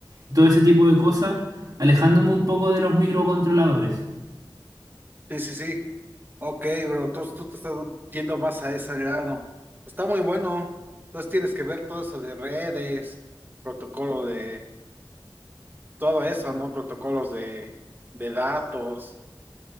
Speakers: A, on the right; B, on the right.
A: todo ese tipo de cosas, alejándome un poco de los microcontroladores.
B: Sí, sí, sí. Ok, bro, tú, tú te estás yendo más a ese lado. Está muy bueno. Entonces tienes que ver todo eso de redes, protocolo de, todo eso, ¿no? Protocolos de, de datos.